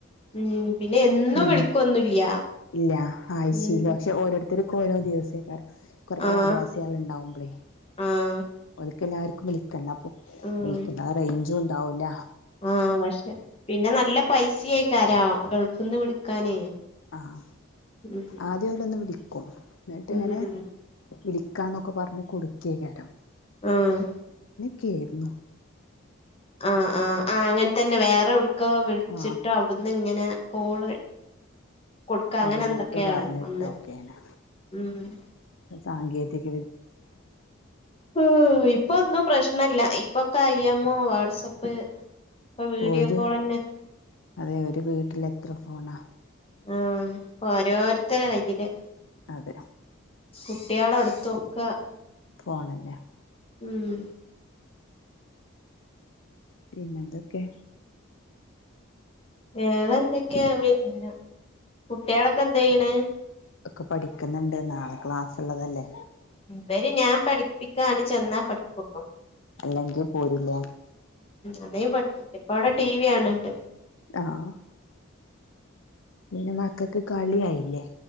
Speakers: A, on the left; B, on the left.
A: ഉം എന്നും
B: പിന്നെ
A: വിളിക്കൊന്നുല്ല.
B: ഇല്ല ആഴചയിലൊ
A: ഉം
B: പക്ഷെ ഓരോരുത്തരും ക്കോരോ ദിവസേക്കർ കുറെ
A: ആഹ്
B: അയൽവാസിയാള് ഉണ്ടാവുമ്പളേ
A: ആഹ്
B: ക്ക് എല്ലാർക്കും വിളിക്ക അപ്പൊ
A: ഉം
B: <unintelligible> ന്നാ റേഞ്ചും ഉണ്ടാവുംല്ല
A: ആഹ് പക്ഷെ പിന്നെ നല്ല പൈസയായിക്കരാ ഗൾഫ്ന്ന് വിളിക്കാനേ
B: ആഹ്
A: ഉം
B: ആദ്യ പോലെ ഒന്ന് വിളിക്കും എന്നിട്ട്
A: ഉം
B: ഇങ്ങനെ വിളിക്കാന്നൊക്കെ പറഞ്ഞ് കൊടുക്കേ കാരം
A: ആഹ്
B: ക്കെരുന്നു
A: ആഹ് ആഹ് ആ അങ്ങനെ തന്നെ വേറെ എവിടക്കോ വിളിച്ചിട്ടോ
B: ആഹ്
A: അവിടുന്ന് ഇങ്ങനെ ഫോണു കൊടുക്ക
B: കമ്പ്യൂട്ടർ
A: അങ്ങനെ എന്തൊക്കെയാണ്
B: പറഞ്ഞിട്ടൊക്കെയാണ്
A: അന്ന് മ്മ്
B: സാങ്കേതിക്ക്
A: മ്മ് ഇപ്പ ഒന്നും പ്രശ്നല്ല ഇപ്പൊ കയ്യം മ്മ വാട്സപ്പ് ഇപ്പൊ വീഡിയോ
B: ഒരു
A: കോളന്നെ
B: അതെ ഒരു വീട്ടിൽ എത്ര ഫോണാ
A: ആഹ് ഓരോരുത്തരെ കയ്യിയില്
B: അതെ
A: കുട്ടികളെ അടുത്തൊക്കെ
B: ഫോണല്ലേ
A: മ്മ്
B: പിന്നെ അതൊക്കെ
A: വേറെ എന്തൊക്കെയാ പിന്നെ കുട്ടികളൊക്കെ എന്താ ചെയ്യണ്
B: ഒക്കെ പഠിക്കുന്നുണ്ട് നാളെ ക്ലാസ്സ് ഉള്ളതല്ലേ
A: അവര് ഞാൻ പഠിപ്പിക്കാണ്ടി ചെന്നാ പഠിക്കുള്ളൂ
B: അല്ലെങ്കിൽ പോരില്ല
A: അല്ലെങ്കി ഇപ്പ അവിടെ ടി വി കാണണിണ്ട്
B: ആഹ് പിന്നെ മക്കക്ക് കളിയായില്ലേ